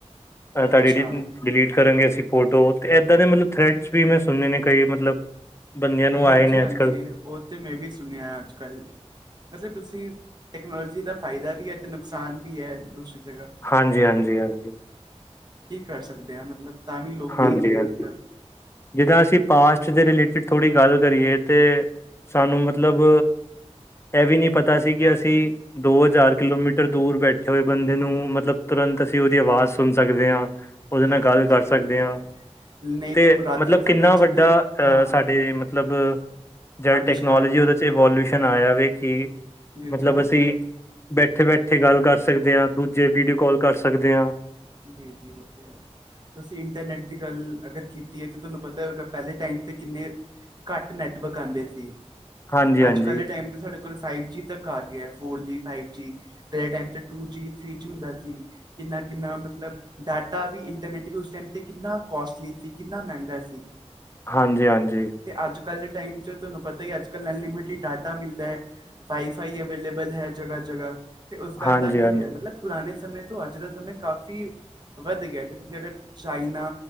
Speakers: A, on the left; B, on the right.
A: ਅਹ
B: ਅੱਛਾ
A: ਤੁਹਾਡੀ ਡਿਲੀਟ ਕਰਾਂਗੇ ਅਸੀਂ ਫੋਟੋ ਤੇ ਇੱਦਾਂ ਦੇ ਮਤਲਬ ਥਰੈਟਸ ਵੀ ਮੈਂ ਸੁਣੇ ਨੇ ਕਈ ਮਤਲਬ ਬੰਦਿਆਂ ਨੂੰ
B: ਹਾਂਜੀ
A: ਆਏ ਨੇ
B: ਹਾਂਜੀ
A: ਅੱਜ ਕੱਲ੍ਹ
B: ਉਹ ਤੇ ਮੈਂ ਵੀ ਸੁਣਿਆ ਅੱਜ ਕੱਲ ਵੈਸੇ ਤੁਸੀਂ ਟੈਕਨੋਲੋਜੀ ਦਾ ਫਾਇਦਾ ਵੀ ਆ ਤੇ ਨੁਕਸਾਨ ਵੀ ਆ ਦੂਸਰੀ ਜਗਾ।
A: ਹਾਂਜੀ ਹਾਂਜੀ।
B: ਕੀ ਕਰ ਸਕਦੇ ਆ। ਮਤਲਬ ਤਾਂ ਵੀ ਲੋਕੀ
A: ਹਾਂਜੀ ਹਾਂਜੀ
B: ਮਤਲਬ
A: ਜਿੱਦਾਂ ਅਸੀਂ ਪਾਸਟ ਦੇ ਰਿਲੇਟਿਡ ਥੋੜ੍ਹੀ ਗੱਲ ਕਰੀਏ ਤੇ ਸਾਨੂੰ ਮਤਲਬ ਇਹ ਵੀ ਨੀ ਪਤਾ ਸੀ। ਕਿ ਅਸੀਂ ਦੋ ਹਜ਼ਾਰ ਕਿਲੋਮੀਟਰ ਦੂਰ ਬੈਠੇ ਹੋਏ ਬੰਦੇ ਨੂੰ ਮਤਲਬ ਤੁਰੰਤ ਅਸੀਂ ਉਹਦੀ ਆਵਾਜ਼ ਸੁਣ ਸਕਦੇ ਆ। ਉਹਦੇ ਨਾਲ
B: ਹਾਂਜੀ
A: ਗੱਲ ਕਰ
B: ਉਹ
A: ਸਕਦੇ
B: ਤੇ
A: ਆ।
B: ਹੈ ਨਹੀਂ
A: ਤੇ
B: ਪੁਰਾਤਨ
A: ਮਤਲਬ
B: ਸਮੇਂ
A: ਕਿੰਨਾ
B: 'ਚ
A: ਵੱਡਾ
B: ਤੇ
A: ਅਹ
B: ਹਾਂ
A: ਸਾਡੇ ਮਤਲਬ ਜ
B: ਆਵਿਸ਼ਕਾਰ
A: ਟੈਕਨੋਲੋਜੀ
B: ਹੈ
A: ਉਹਦੇ 'ਚ ਇਵੋਲਿਊਸ਼ਨ ਆਇਆ ਵਵੇ ਕਿ
B: ਜੀ
A: ਮਤਲਬ
B: ਜੀ ਹੋਤੇ
A: ਅਸੀਂ
B: ਹੈ
A: ਬੈਠੇ ਬੈਠੇ ਗੱਲ ਕਰ ਸਕਦੇ ਆ। ਦੂਜੇ ਵੀਡੀਓ ਕਾਲ ਕਰ ਸਕਦੇ ਆ।
B: ਜੀ ਜੀ ਉਹ ਤੇ ਐ। ਤੁਸੀਂ ਇੰਟਰਨੈਟ ਦੀ ਗੱਲ ਅਗਰ ਕੀਤੀ ਐ। ਤਾਂ ਤੁਹਾਨੂੰ ਪਤਾ ਹੋਗਾ ਪਹਿਲੇ ਟਾਈਮ ਤੇ ਕਿੰਨੇ ਘੱਟ ਨੈਟਵਰਕ ਆਂਦੇ ਸੀ
A: ਹਾਂਜੀ
B: ਤੇ
A: ਹਾਂਜੀ
B: ਅੱਜ ਕੱਲ੍ਹ ਦੇ ਟਾਈਮ ਸਾਡੇ ਕੋਲ ਫਾਈਵ ਜੀ ਤੱਕ ਆ ਗਿਆ ਫੋਰ ਜੀ ਫਾਈਵ ਜੀ। ਪਹਿਲੇ ਟਾਈਮ ਤੇ ਟੂ ਜੀ ਥ੍ਰੀ ਜੀ ਹੁੰਦਾ ਸੀ। ਕਿੰਨਾ- ਕਿੰਨਾ ਮਤਲਬ ਡਾਟਾ ਵੀ ਇੰਟਰਨੈਟ ਵੀ ਉਸ ਟਾਈਮ ਤੇ ਕਿੰਨਾ ਕੋਸਟਲੀ ਸੀ। ਕਿੰਨਾ ਮਹਿੰਗਾ ਸੀ।
A: ਹਾਂਜੀ ਹਾਂਜੀ।
B: ਤੇ ਅੱਜ ਕੱਲ੍ਹ ਦੇ ਟਾਈਮ 'ਚ ਤੁਹਾਨੂੰ ਪਤਾ ਹੀ ਅੱਜ ਕੱਲ੍ਹ ਅਨਲਿਮਿਟਿਡ ਡਾਟਾ ਮਿਲਦਾ ਐ। ਵਾਈ ਫਾਈ ਅਵੇਲੇਬਲ ਹੈ। ਜਗ੍ਹ ਜਗ੍ਹਾ ਤੇ ਉਸ ਗੱਲ
A: ਹਾਂਜੀ
B: ਦਾ ਵੀ
A: ਹਾਂਜੀ
B: ਹੈ। ਮਤਲਬ ਪੁਰਾਣੇ ਸਮੇਂ ਤੋਂ ਅੱਜ ਦਾ ਸਮੇਂ ਕਾਫ਼ੀ ਵੱਧ ਗਿਆ। ਜਿਵੇਂ <unintelligible> ਅਗਰ ਚਾਈਨਾ।